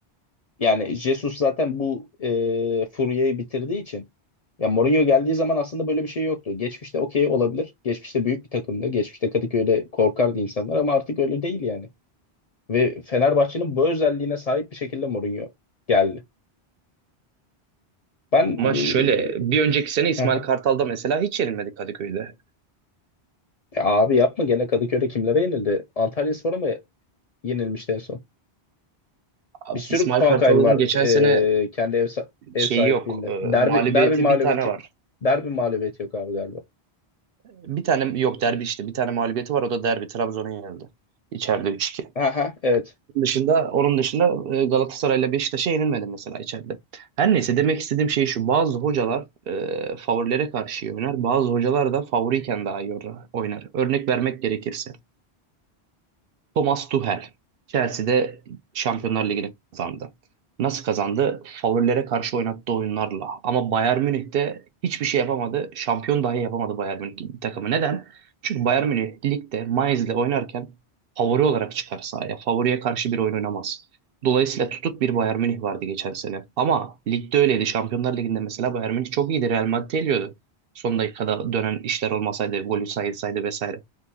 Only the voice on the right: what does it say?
Ama
şöyle bir önceki sene İsmail
Kartal'da mesela hiç yenilmedi Kadıköy'de.
Abi,
İsmail
Kartal'ın
geçen sene
şeyi
yok. e,
mağlubiyeti
bir tane var.
Bir tane yok derbi işte. Bir tane mağlubiyeti var. O da derbi. Trabzon'a yenildi. İçeride üç 2
Onun dışında, onun dışında e, Galatasaray'la Beşiktaş'a yenilmedi mesela içeride. Her neyse demek istediğim şey şu. Bazı hocalar e, favorilere karşı iyi oynar. Bazı hocalar da favoriyken daha iyi oynar. Örnek vermek gerekirse. Thomas Tuchel Chelsea'de Şampiyonlar Ligi'ni kazandı. Nasıl kazandı? Favorilere karşı oynattığı oyunlarla. Ama Bayern Münih'te hiçbir şey yapamadı. Şampiyon dahi yapamadı Bayern Münih takımı. Neden? Çünkü Bayern Münih ligde Mainz'le oynarken favori olarak çıkar sahaya. Favoriye karşı bir oyun oynamaz. Dolayısıyla tutuk bir Bayern Münih vardı geçen sene. Ama ligde öyleydi. Şampiyonlar Ligi'nde mesela Bayern Münih çok iyiydi. Real Madrid'i eliyordu. Son dakikada dönen işler olmasaydı, golü sayılsaydı vesaire.